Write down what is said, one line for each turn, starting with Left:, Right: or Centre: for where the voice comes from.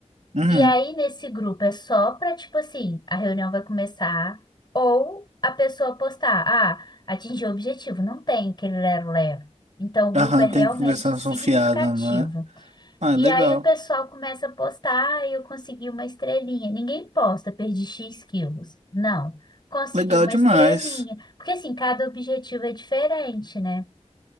Right: Uhum.
Left: E aí, nesse grupo, é só para, tipo assim, a reunião vai começar, ou a pessoa postar, ah, atingiu o objetivo, não tem aquele lero-lero. Então, o grupo
Right: Aham,
Left: é realmente
Right: tem conversação
Left: significativo.
Right: fiada, né? Ah,
Left: E
Right: legal.
Left: aí, o pessoal começa a postar, ah, eu consegui uma estrelinha. Ninguém posta, perdi X quilos. Não, consegui
Right: Legal
Left: uma
Right: demais.
Left: estrelinha. Porque, assim, cada objetivo é diferente, né?